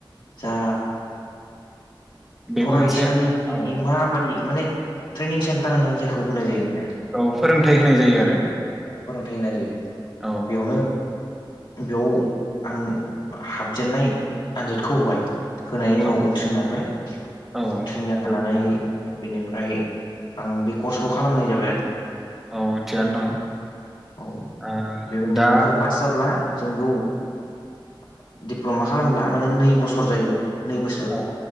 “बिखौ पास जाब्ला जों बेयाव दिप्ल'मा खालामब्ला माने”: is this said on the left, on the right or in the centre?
Left